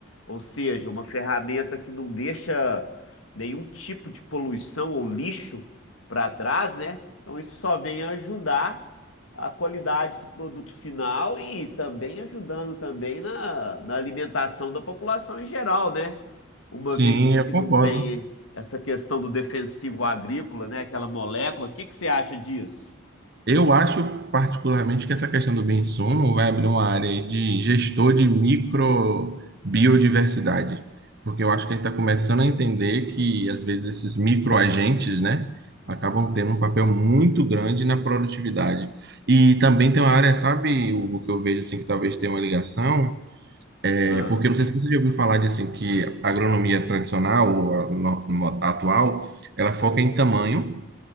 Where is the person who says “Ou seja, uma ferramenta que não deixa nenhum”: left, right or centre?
Left